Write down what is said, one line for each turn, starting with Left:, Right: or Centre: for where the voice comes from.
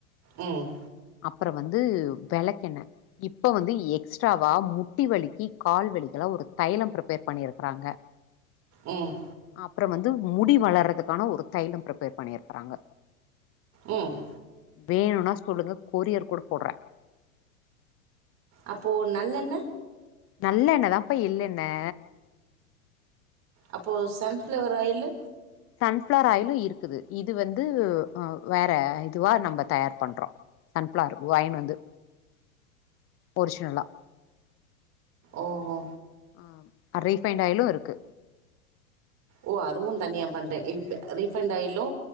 Right: ம்
Left: அப்றோ வந்து வெளக்கெண்ணெ இப்ப வந்து எக்ஸ்ட்ராவா முட்டி வலிக்கு கால் வலிக்கெல்லா ஒரு தைலோ ப்ரிப்பேர் பண்ணி இருக்குறாங்க
Right: ம்
Left: அப்றோ வந்து முடி வளர்றதுக்கான ஒரு தைலோ ப்ரிப்பேர் பண்ணி இருக்குறாங்க
Right: ம்
Left: வேணுன்னா சொல்லுங்க கொரியர் கூட போட்றே
Right: அப்போ நல்லெண்ணெ
Left: நல்லெண்ணெ தாம்ப்பா எள்லெண்ணெ
Right: அப்போ sunflower oil
Left: sunflower oil இருக்குது இது வந்து ஆ வேற இதுவா நம்ம தயார் பண்றோ சன்ஃப்ளார் வாங்கின்னு வந்து ஒரிஜினலா
Right: ஓஹோ
Left: ஆ ரீஃபைன்டு ஆயிலு இருக்கு
Right: ஓ அதுவு தனியா பண்றே இப்
Left: ம்
Right: ரீஃபண்ட்
Left: ம்
Right: ஆயிலு